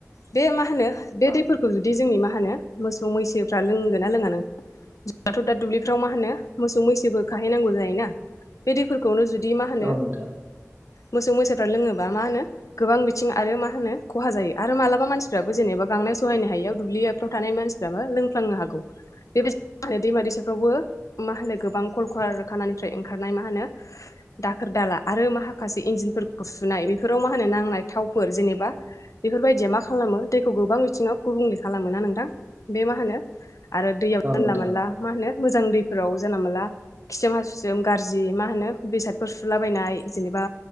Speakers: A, on the left; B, on the right.
A: बे मा होनो बे दैफोरखौ जुदि जोंनि मा होनो मोसौ मैसोफ्रा लोंगोना लोङा नों जोंनाथ' दा दुब्लिफ्राव मा होनो मोसौ मैसोबो खाहैनांगौ जायो ना। बे दैफोरखौनो जुदि मा होनो
B: औ नोंथां औ नोंथां औ
A: मोसौ मैसोफ्रा लोङोबा मा होनो गोबां बिथिं आरो मा होनो खहा जायो आरो मालाबा मानसिफ्राबो जेनेबा गांनाय सहायनो हायैयाव दुब्लियाफ्राव थानाय मानसिफ्राबो लोंफ्लांनो हागौ बेबायदि <unintelligible> दैमा दैसा वबो मा होनो गोबां कल कवार खानानिफ्राय ओंखारनाय मा होनो दाखोर दाला आरो मा खासे इन्जिनफोरखौ सुनाय बेफोराव मा होनो नांनाय थावफोर जेनेबा बेफोरबायदिया मा खालामो दैखौ गोबां बिथिङाव गुबुंले खालामो ना नोंथां बे मा होनो आरो दैयाव जानला
B: नोंथां
A: मानला
B: औ नोंथां
A: मा होनो मोजां दैफोराव जानला मानला खिसोम हासुसोम गारजि मा होनो बेसादफोर सुलाबायनाय जेनेबा